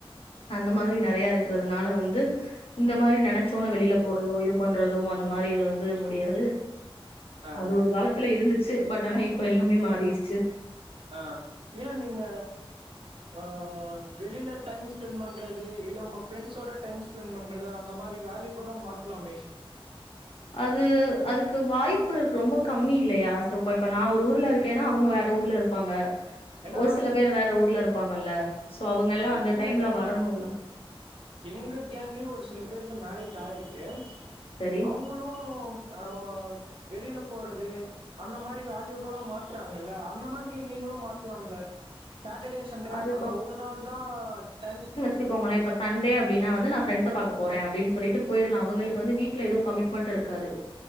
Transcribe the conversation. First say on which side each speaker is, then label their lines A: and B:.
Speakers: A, on the left; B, on the right.
A: அந்த மாதிரி நெறைய இருக்கிறதுனால வந்து இந்த மாரி நெனச்சோன வெளில போறதோ இது பண் றதோ அந்த மாரி இது வந்து முடியாது
B: ஆ
A: அது ஒரு காலத் துல இருந்துச்சு பட் ஆனா இப்ப எல்லாமே மாறிருச்சு
B: ஆ ஏ நீங்க ஆ வெளில டைம் ஸ்பெண்ட் பண்றது இல்ல உங்க ஃப்ரெண்ட்ஸோட டயம் ஸ்பெண்ட் பண்றது அந்த மாரி வேல்யூபல்லா மாத்தலாமே
A: அது அதுக்கு வாய்ப்பு ரொம்ப கம்மி இல்லையா இப்ப இப்ப நா ஒரு ஊர்ல இருக்கேன்னா அவுங்க வேற ஊர்ல இருப்பாங்க
B: ஏன்னா
A: ஒரு சில பேர் வேற ஊர்ல இருப்பாங்கல்ல சோ அவுங்கெல்லா
B: அ
A: அந்த
B: இல்ல
A: டைம்ல வரணுல
B: எங்க கேங்கலயு ஒரு சில பேருக்கு மேரஜ் ஆயிருக்கு
A: சரி.
B: அவுங்களு உ அ வெளியில போறது அந்த மாரி வேல்யூபல்லா மாத்துறாங்கல்ல அந்த மாதிரி நீங்களும் மாத்தலாம்ல சாட்டர்டேஸ் சண்டே
A: அது
B: அந்த ஒரு நாள் தா டைம்
A: வச்சுக்கோங்களே இப்ப சண்டே அப்டின்னா வந்து நா ஃப்ரண்ட்ஸ பாக்கப் போறே அடின்னு சொல்லிட்டு போயிர்லா அவங்களுக்கு வந்து வீட்ல எதுவு கமிட்மெண்ட்ஸ் இருக்காது